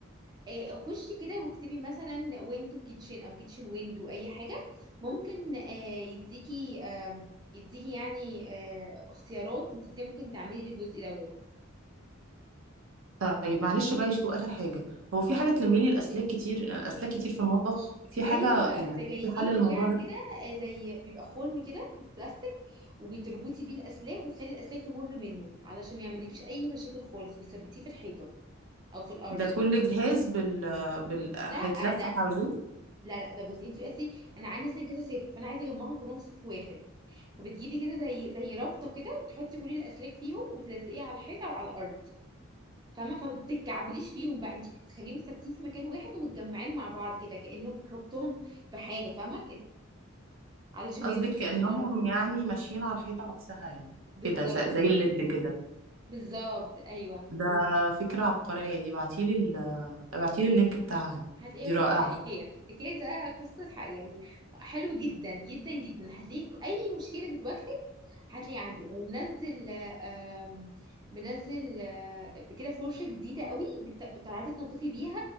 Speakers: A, on the right (about 20°); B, on the right (about 70°).
A: آه، خشي كده واكتبي مثلا ويندو كيتشن او كيتشن ويندو اي حاجه ممكن آه، يديكي آم، يديكي يعني آه، اختيارات انت ازاي ممكن تعملي الجزء دوت
B: طيب معلش بقى يشوفوا آخر حاجة هو
A: مم.
B: في حاجة تلمي لي الأسلاك كتير الأسلاك كتير في المطبخ في
A: ايوه
B: حاجة يعني
A: ده جايبين
B: في حل الموضوع
A: بتاع
B: ده
A: كده آه، زي بيبقى خرم كده بلاستيك وبتربطي بيه الاسلاك وبتخلي الاسلاك تمر منه علشان ما يعملكيش اي مشاكل خالص بتثبتيه في الحيطه او في الارض
B: ده كل جهاز بال بال هيتلف
A: لا ده
B: حواليه
A: لا لا ده بصي انت بس انا عندي مثلا كذا سلك فانا عايزه اجمعهم كلهم في سلك واحد فبتجيبي كده زي زي رابطه كده وبتحطي كل الاسلاك فيهم وبتلزقيها على الحيطه او على الارض فاهمه فبتتكعبليش فيهم بقى انت بتخليهم ثابتين في مكان واحد ومتجمعين مع بعض كده كانهم ربطهم بحاجه فاهمه كأن- علشان
B: قصدك
A: ما يفضلوش
B: كأنهم
A: يتحركوا
B: يعني ماشيين على الحيطة نفسها يعني
A: بالظبط
B: كده زي, زي
A: كده
B: الليد كده
A: بالظبط ايوه
B: ده فكرة عبقرية دي ابعتيلي ال... ابعتيلي اللينك بتاعها دي
A: هتلاقيها
B: دي
A: برضو
B: رائعة
A: على ايكيا ايكيا ده قصة حق يعني حلو جدا جدا جدا هتلاقي اي مشكلة بتواجهك هتلاقي عنده ومنزل آم، منزل آه، كده فرشة جديدة قوي بت- بتعرفي تنظفي بيها